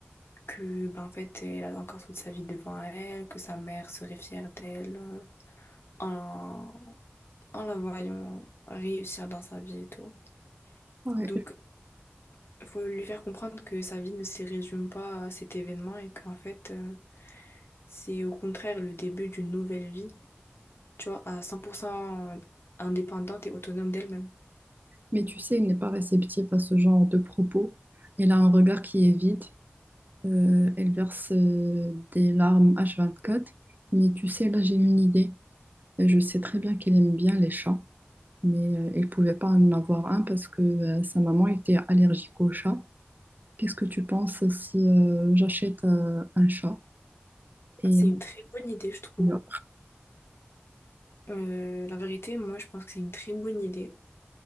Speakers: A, on the left; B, on the right.
A: que, ben, en fait, elle a encore toute sa vie devant elle, que sa mère serait fière d'elle. euh, en, en la voyant réussir dans sa vie et tout.
B: ouais.
A: Donc, faut lui faire comprendre que sa vie ne se résume pas à cet événement et qu'en fait, euh, c'est au contraire le début d'une nouvelle vie, tu vois, à 100% indépendante et autonome d'elle-même.
B: Mais tu sais, elle n'est pas réceptive à ce genre de propos. Elle a un regard qui est vide. Euh, elle verse euh, des larmes H24. Mais tu sais, là, j'ai une idée. Et je sais très bien qu'elle aime bien les chats, mais euh, elle ne pouvait pas en avoir un parce que euh, sa maman était allergique aux chats. Qu'est-ce que tu penses si euh, j'achète euh, un chat? Et
A: C'est une très bonne idée, je trouve.
B: euh,
A: Euh, la vérité, moi, je pense que c'est une très bonne idée.